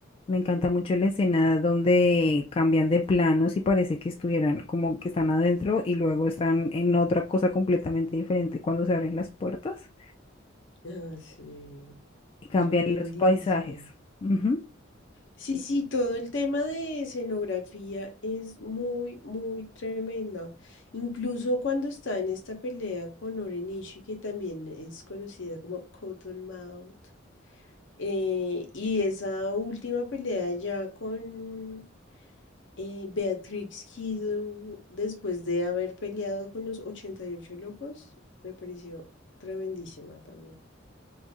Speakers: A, on the left (about 30°); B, on the left (about 65°).
A: Me encanta mucho la escena donde cambian de planos y parece que estuvieran como que están adentro y luego están en otra cosa completamente diferente cuando se abren las puertas
B: Ah, sí,
A: y cambian
B: tremendísimo.
A: los paisajes. Ujú.
B: Sí, sí, todo el tema de escenografía es muy, muy tremenda. Incluso cuando está en esta pelea con Orenishi, que también es conocida como Cottonmouth, eh, y esa última pelea ya con eh, Beatrix Kiddo, después de haber peleado con los 88 locos, me pareció tremendísima también.